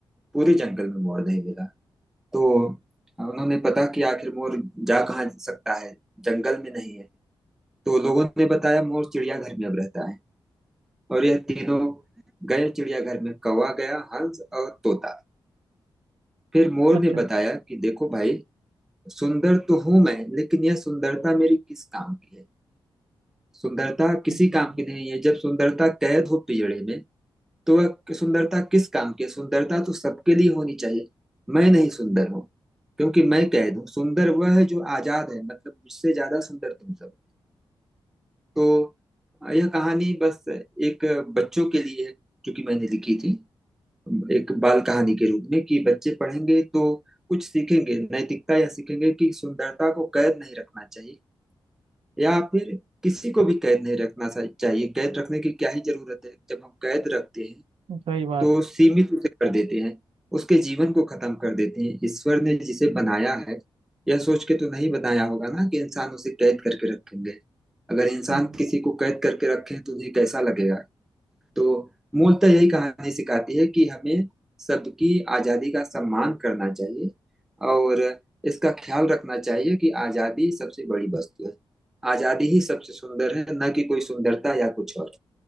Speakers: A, in the centre; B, on the right.
A: पूरे जंगल में मोर नहीं मिला तो उन्होंने पता कि आखिर मोर जा कहाँ सकता है जंगल में नहीं है तो लोगों ने बताया मोर चिड़ियाघर में अब रहता है और यह तीनों गए चिड़ियाघर में कौवा गया हंस और तोता फिर मोर
B: अच्छा
A: ने
B: अच्छा
A: बताया कि देखो भाई सुंदर तो हूं मैं लेकिन यह सुंदरता मेरी किस काम की है सुंदरता किसी
B: हम्म,
A: काम की नहीं है जब सुंदरता कैद हो पिंजड़े में तो कि सुंदरता किस काम की है? सुंदरता तो सबके लिए होनी चाहिए मैं नहीं सुंदर हूँ क्योंकि मैं कैद हूँ सुंदर वह है जो आजाद है मतलब मुझसे ज्यादा सुंदर तुम सब तो अ, यह कहानी बस एक बच्चों के लिए है क्योंकि मैंने लिखी थी एक बाल कहानी के रूप में कि बच्चे पढ़ेंगे तो कुछ सीखेंगे नैतिकता यह सीखेंगे कि सुंदरता को कैद नहीं रखना चाहिए या फिर किसी को भी कैद नहीं रखना सा- चाहिए कैद रखने की क्या ही जरूरत है जब हम कैद रखते हैं
B: सही बात
A: तो
B: है
A: सीमित उसे कर देते हैं उसके जीवन को खत्म कर देते हैं ईश्वर ने जिसे बनाया है यह सोच के तो नहीं बनाया होगा ना कि इंसान उसे कैद करके रखेंगे अगर इंसान
B: हम्म,
A: किसी को कैद करके रखें तो उन्हें कैसा लगेगा तो मूलतः यही कहानी सिखाती है कि हमें सबकी आजादी का सम्मान करना चाहिए और इसका ख्याल रखना चाहिए कि आजादी सबसे बड़ी वस्तु है आजादी ही सबसे सुंदर है न कि कोई सुंदरता या कुछ और